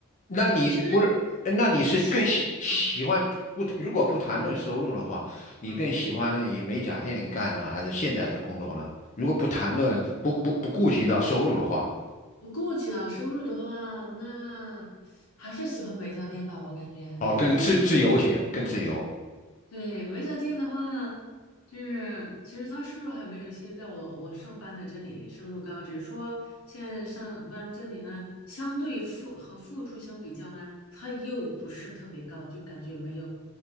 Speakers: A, on the left (about 35°); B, on the left (about 80°).
A: 那你不是，
B: 其实
A: 那你是更喜喜欢不？
B: 其实收入啊
A: 如果不谈论收入的话，你更喜欢以美甲店里干呢，
B: 啊，
A: 还是现在的工作呢？如果不谈论不不不顾及到收入的话，
B: 不顾及到收入的话，那还是喜欢美甲店吧，我感觉美甲店其实对。
A: 哦，更自自由些，更自由。
B: 对，美甲店的话，就是其实他收入还没有现在我我上班的这里收入高，只是说现在上班这里呢，相对付和付出相比较呢，它又不是特别高，就感觉没有